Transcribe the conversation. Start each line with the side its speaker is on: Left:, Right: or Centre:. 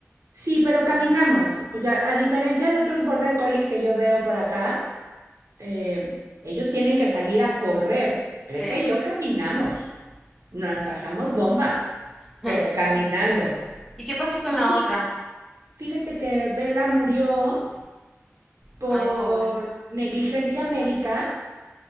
Right: Sí, pero caminamos. O sea, a diferencia de otros border collies que yo veo por acá, eh, ellos tienen que salir a correr. Greta
Centre: Sí.
Right: y yo caminamos. Nos las pasamos bomba,
Centre: <laughs>
Right: pero caminando.
Centre: ¿Y qué pasó con
Right: Y
Centre: la
Right: sí,
Centre: otra?
Right: fíjate que Bella murió por
Centre: Ay, pobre,
Right: negligencia médica.